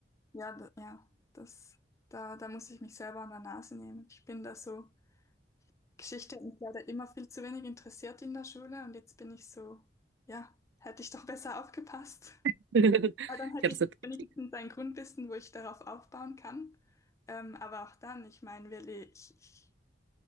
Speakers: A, on the left; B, on the right.
A: Ja, da, ja, das, da, da muss ich mich selber an der Nase nehmen. Ich bin da so, Geschichte hat mich leider immer viel zu wenig interessiert in der Schule und jetzt bin ich so, ja, hätte ich doch besser aufgepasst.
B: <laughs> ich glaube,
A: Weil dann hätte
B: das
A: ich
B: ist eine Politik.
A: wenigstens ein Grundwissen, wo ich darauf aufbauen kann. Ähm, aber auch dann, ich meine, wir, le- ich, ich